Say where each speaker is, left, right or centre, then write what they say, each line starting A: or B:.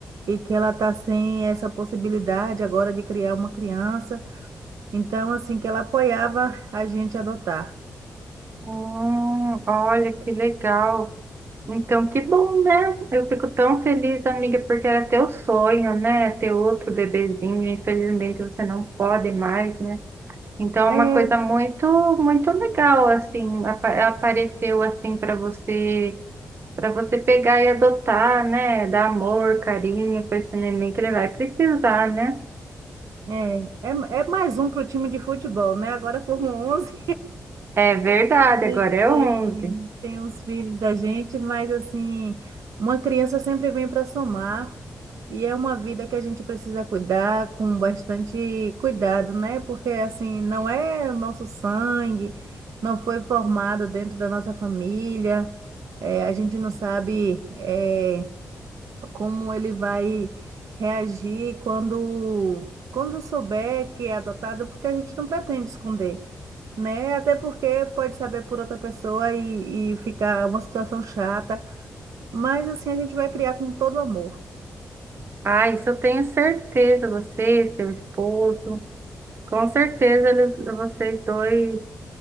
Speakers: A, on the right; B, on the right.
A: e que ela está sem essa possibilidade agora de criar uma criança. Então, assim, que ela apoiava a gente adotar.
B: Hum, olha que legal. Então, que bom, né? Eu fico tão feliz, amiga, porque era teu sonho, né? Ter outro bebezinho. Infelizmente, você não pode mais, né? Então, é
A: É,
B: uma coisa muito, muito legal, assim, apa- apareceu assim para você, para você pegar e adotar, né? Dar amor, carinho para esse neném que ele vai precisar, né?
A: é, é, é mais um para o time de futebol, né? Agora formou 11.
B: É verdade,
A: A gente
B: agora é
A: tem,
B: onze
A: tem os filhos da gente, mas assim, uma criança sempre vem para somar e é uma vida que a gente precisa cuidar com bastante cuidado, né? Porque assim, não é o nosso sangue, não foi formado dentro da nossa família, é, a gente não sabe, é, como ele vai reagir quando, quando souber que é adotado, porque a gente não pretende esconder né? Até porque pode saber por outra pessoa e, e ficar uma situação chata. Mas assim, a gente vai criar com todo amor.
B: Ah, isso eu tenho certeza, você, seu esposo, com certeza eles, vocês dois